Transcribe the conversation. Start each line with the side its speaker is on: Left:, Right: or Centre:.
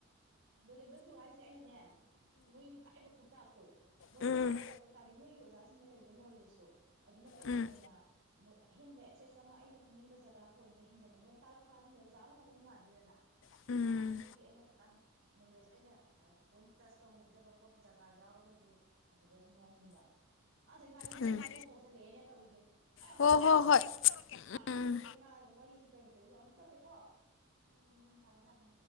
Right: ꯑ ꯂꯦꯕꯦꯜ ꯇꯨ ꯍꯥꯏꯁꯦ ꯑꯩꯅ ꯅꯦꯝ ꯃꯣꯏ ꯇꯥꯏꯕ ꯈ ꯇꯥꯛꯇꯣ ꯃꯣꯏꯅ
Left: ꯎꯝ ꯎꯝ
Right: ꯇꯥꯛꯏꯕ ꯈꯣꯇꯥꯅꯤ ꯃꯣꯏꯒꯤ ꯑꯣꯖꯥ ꯁꯤꯡꯗ ꯂꯩꯕ ꯅꯣꯂꯦꯖꯇꯣ ꯑꯗꯨꯅ ꯀꯌꯥꯝ
Left: ꯎꯝ
Right: ꯍꯦꯟꯅ ꯃꯣꯏ ꯑꯍꯦꯟꯕ ꯑꯦꯛꯁꯦꯁ ꯑꯃ ꯑꯩꯅ ꯈꯪꯅꯤꯡꯕ ꯖꯒꯥ ꯄꯣꯏꯟꯗ ꯍꯦꯟꯖꯟꯅ ꯃꯣꯏꯅ ꯇꯥꯛꯂꯛꯄ ꯍꯥꯏꯕꯗ ꯑꯣꯖꯥ ꯑꯃ ꯉꯝꯃꯗꯤ ꯃꯥꯟꯗꯦꯗꯅ
Left: ꯎꯝ
Right: ꯑꯥ ꯑꯗꯨꯒꯤ ꯑꯩꯅ ꯈꯤꯇꯪ ꯅꯣꯂꯦꯖ ꯑꯩꯅ ꯄꯣꯏꯟ ꯇꯁ ꯇꯧꯍꯧꯗꯕ ꯄꯣꯠ ꯖꯒꯥ ꯌꯥꯎꯔꯒꯁꯨ ꯑꯗꯨꯗ ꯁꯨꯝ ꯌꯥꯎꯅꯤꯡꯕ ꯑꯁ ꯏꯃꯥꯟꯕꯤꯁꯨꯦ
Left: ꯎꯝ
Right: ꯑꯃꯨꯛꯁꯨ ꯐꯣꯟ ꯇꯧꯁꯜꯂꯛꯑꯦꯅꯦ ꯇꯧꯔꯤꯁꯦ ꯑꯩ ꯑꯃꯨꯛ
Left: ꯍꯣ
Right: ꯑꯩ
Left: ꯍꯣ
Right: ꯑꯃꯨꯛ ꯇꯧꯔꯛꯀꯦ
Left: ꯍꯣꯏ
Right: ꯑ
Left: ꯎꯝ
Right: ꯀꯔꯤꯅꯣ ꯃꯥ ꯋꯥꯔꯤ ꯀꯔꯤ ꯀꯔꯤꯅꯣ ꯑꯃꯨꯛ ꯇꯧꯔꯛꯀꯦ ꯀꯣ ꯎꯝ ꯊꯕꯗ ꯎꯝ